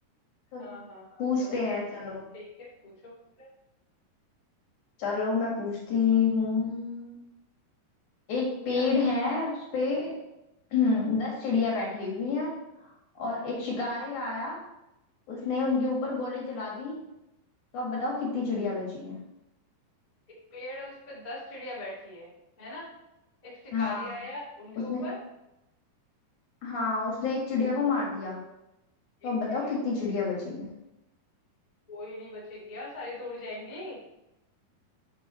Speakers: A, on the left (about 55°); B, on the left (about 25°).
A: तो
B: हाँ हाँ हाँ
A: पूछते
B: चलो
A: हैं चलो
B: ठीक है पूछो मुझसे
A: चलो मैं पूछती हूँ एक पेड़
B: याद
A: है
B: करो
A: उस पे
B: हम्म
A: <clears throat> दस चिड़िया बैठी हुई हैं और एक शिकारी आया उसने
B: हम्म
A: उनके ऊपर गोली चला दी तो अब बताओ कितनी चिड़िया बची है
B: एक पेड़ है उस पे दस चिड़िया बैठी है है ना एक शिकारी
A: हाँ
B: आया उनके
A: उसने
B: ऊपर
A: हाँ उसने एक चिड़िया को मार दिया तो
B: एक
A: अब बताओ
B: चिड़िया
A: कितनी चिड़िया बची है
B: कोई नहीं बचेगी यार सारी तो उड़ जाएंगी